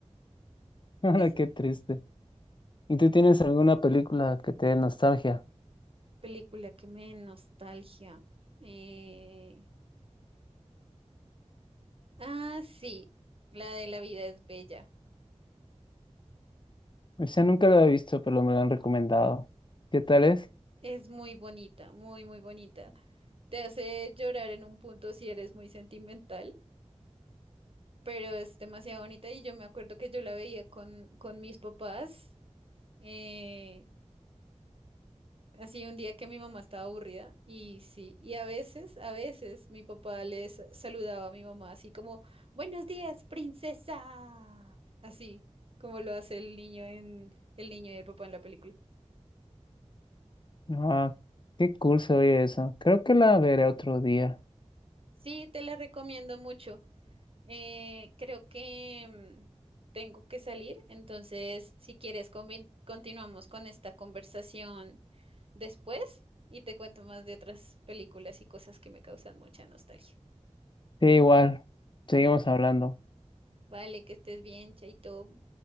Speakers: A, on the left; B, on the right.
A: <laughs> Ahora
B: ¿Qué así
A: qué triste. ¿Y tú tienes alguna película que te dé nostalgia?
B: película que me dé nostalgia. Eh, ah, sí, la de La vida es bella.
A: O sea, nunca lo he visto, pero me lo han recomendado. ¿Qué tal es?
B: Es muy bonita, muy, muy bonita. Te hace llorar en un punto si eres muy sentimental, pero es demasiado bonita y yo me acuerdo que yo la veía con, con mis papás. eh, Así un día que mi mamá estaba aburrida y sí, y a veces, a veces mi papá les saludaba a mi mamá así como, Buenos días, princesa. Así como lo hace el niño en el niño y el papá en la película.
A: Ah, qué cool se oye eso. Creo que la veré otro día.
B: Sí, te la recomiendo mucho. Eh, creo que mm, tengo que salir, entonces si quieres convin- continuamos con esta conversación después y te cuento más de otras películas y cosas que me causan mucha nostalgia.
A: Sí, igual. Seguimos hablando.
B: Vale, que estés bien, Chaito.